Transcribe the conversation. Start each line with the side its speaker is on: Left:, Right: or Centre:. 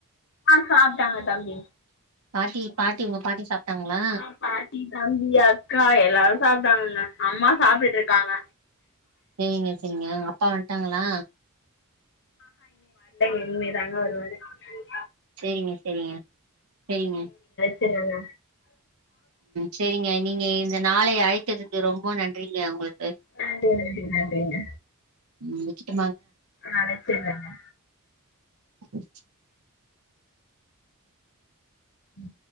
Left: ஆ சாப்ட்டாங்க தம்பி
Right: பாட்டி பாட்டி உங்க பாட்டி சாப்ட்டாங்களா
Left: ஆ பாட்டி தம்பி அக்கா எல்லா சாப்ட்டாங்க அம்மா சாப்ட்டுட்ருக்காங்க
Right: சரிங்க சரிங்க அப்பா வண்ட்டாங்களா
Left: இனமே தாங்க ஒரு ம <unintelligible>
Right: சரிங்க சரிங்க சரிங்க
Left: றாங்க
Right: சேரிங்க நீங்க இந்த நாளைைய அழைத்ததுக்கு ரொம்ப நன்றிங்க அவங்களுக்
Left: நன்றி நன்றி நன்றிங்க
Right: ம் விட்டுட்டோ
Left: ஆ வெச்சதுல்ல
Right: அஹ
Left: ம்